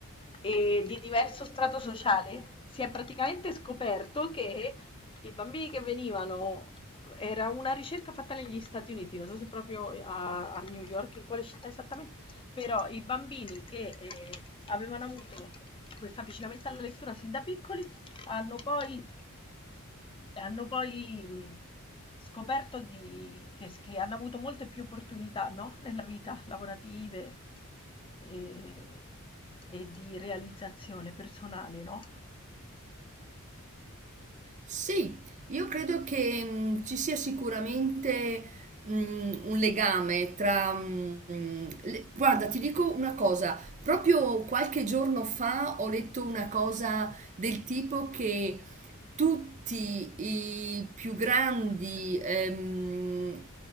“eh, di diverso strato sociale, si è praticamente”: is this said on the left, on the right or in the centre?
Left